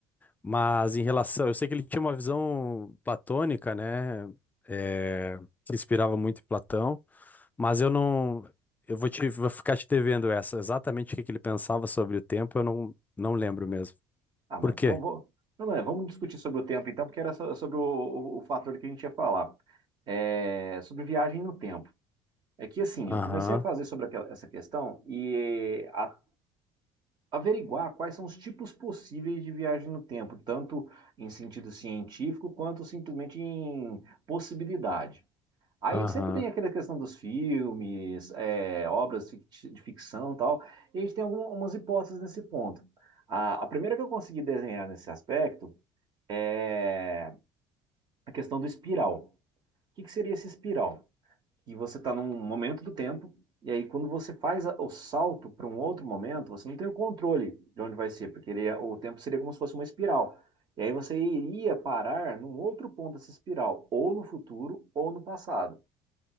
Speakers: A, on the left (about 15°); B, on the right (about 45°).
A: mas em relação. Eu sei que ele tinha uma visão platônica, né? É, se inspirava muito em Platão, mas eu não. Eu vou te, vou ficar te devendo essa. Exatamente o que que ele pensava sobre o tempo, eu não, não lembro mesmo.
B: Ah, mas
A: Por quê?
B: vamos, vamos- não, não, é, vamos discutir sobre o tempo então, porque era so- sobre o, o- o fator que a gente ia falar. É, sobre viagem no tempo. É que assim,
A: Aham,
B: eu comecei a fazer sobre aquela- essa questão e a averiguar quais são os tipos possíveis de viagem no tempo, tanto em sentido científico quanto simplesmente em possibilidade. Aí
A: aham.
B: sempre tem aquela questão dos filmes, é, obras fic- de ficção e tal, e a gente tem algumas hipóteses nesse ponto. A, a primeira que eu consegui desenhar nesse aspecto é a questão do espiral. O que que seria esse espiral? e você está num momento do tempo, e aí quando você faz o salto para um outro momento, você não tem o controle de onde vai ser, porque ele é- o tempo seria como se fosse uma espiral. E aí você iria parar num outro ponto dessa espiral, ou no futuro, ou no passado.